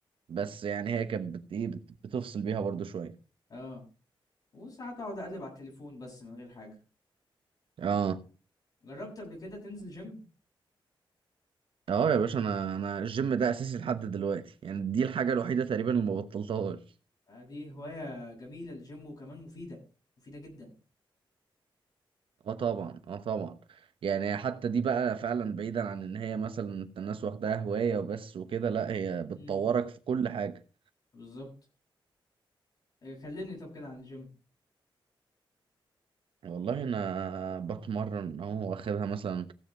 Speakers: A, on the right (about 75°); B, on the left (about 45°).
A: بس يعني هي كانت بت- ايه بت- بتفصل بيها برضو شوية
B: اه وساعات اقعد اقلب على التليفون بس من غير حاجة
A: اه
B: جربت قبل كده تنزل جيم
A: اه يا باشا انا انا الجيم ده اساسي لحد دلوقتي يعني دي الحاجه الوحيده تقريبا اللي ما بطلتهاش
B: آه، دي هواية جميلة الجيم وكمان مفيدة مفيدة جدا
A: اه طبعا اه طبعا يعني حتى دي بقى فعلا بعيدا عن ان هي مثلا انت الناس واخداها هوايه وبس وكده لا هي بتطورك
B: امم
A: في كل حاجه
B: بالظبط إيه، كلمني طب كده عن الجيم
A: يعني والله انا بتمرن اهو واخدها مثلا